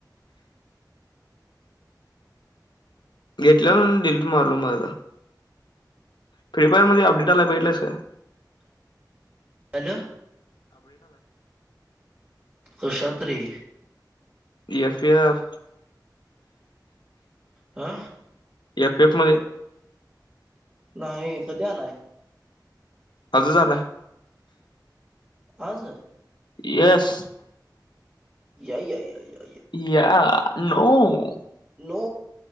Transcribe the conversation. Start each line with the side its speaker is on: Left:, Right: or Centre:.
Left: घेतल्या म्ह डिलीट मारलो मगता प्रिपेयर मध्ये अपडेटला भेटलायच.
Right: हॅलो कशात रे.
Left: याफयाफ
Right: हा
Left: एफ एफ मध्ये
Right: नाही. कध आलाय.
Left: आजं झालंय.
Right: आज
Left: येस
Right: याय याय याय याय
Left: या नऊ.
Right: नो